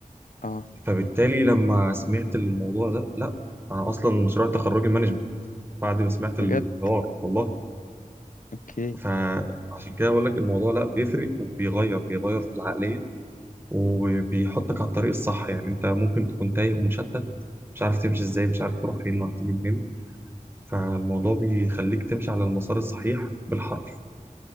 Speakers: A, on the left; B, on the right.
A: اه
B: فبالتالي لما سمعت الموضوع ده لا انا اصلا مشروع تخرجي مانجمنت بعد ما سمعت الحوار
A: بجد
B: والله
A: اوكي
B: فعشان كده بقول لك الموضوع لا بيفرق وبيغير بيغير في العقليه وبيحطك على الطريق الصح يعني انت ممكن تكون تايه ومشتت مش عارف تمشي ازاي مش عارف تروح فين ولا تيجي منين فالموضوع بيخليك تمشي على المسار الصحيح بالحرف